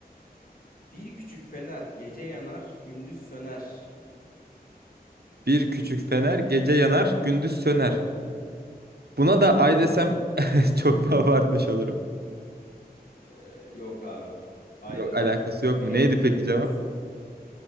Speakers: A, on the left (about 60°); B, on the right (about 75°).
A: Bir küçük fener gece yanar, gündüz söner.
B: Bir küçük fener gece yanar gündüz söner. Buna
A: Aynen.
B: da ay desem <laughs> çok mu abartmış olurum?
A: Ee, yok abi. Ay
B: Yok
A: da
B: alakası
A: değil.
B: yok
A: Ay
B: mu?
A: yakın.
B: Neydi peki
A: Yıldız.
B: cevap?